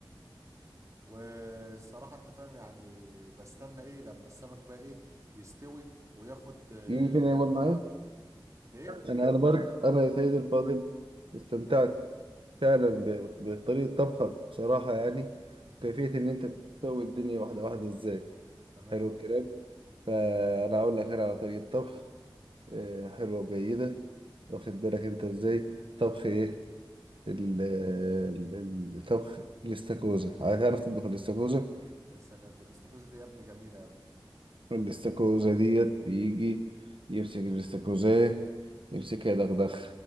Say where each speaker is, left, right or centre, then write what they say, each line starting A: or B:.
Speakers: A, on the right (about 35°); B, on the right (about 80°).
A: والصراحه انت فاهم يعني بستنى ايه لما السمك بقى ايه يستوي وياخد آه،
B: يمكن يقعد معايا
A: وقته ايه
B: انا انا برضه انا يا سيدي الفاضل استمتعت فعلا ب- بطريقه طبخك بصراحه يعني
A: مم.
B: وكيفيه ان انت بتسوي الدنيا واحده واحده ازاي
A: تمام
B: حلو الكلام فانا اقول لك انا على طريقه طبخ آه، حلوه وجيده واخد بالك انت ازاي طبخ
A: مم.
B: ايه ال- ال- الطبخ الاستاكوزا هتعرف تطبخ الاستاكوزا
A: يا سلام ده الاستاكوزا دي يا ابني جميله يا
B: الاستاكوزا ديت بيجي يمسك الاستاكوزاية يمسكها يدغدغ